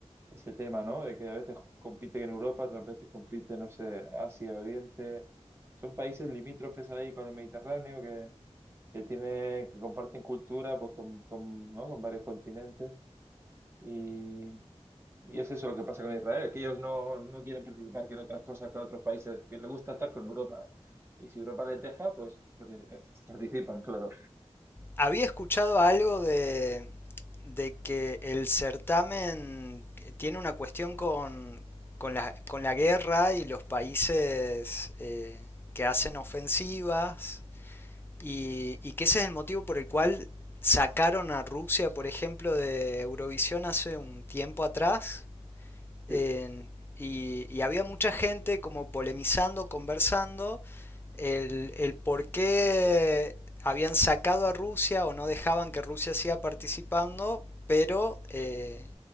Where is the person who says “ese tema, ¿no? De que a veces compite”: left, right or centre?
Right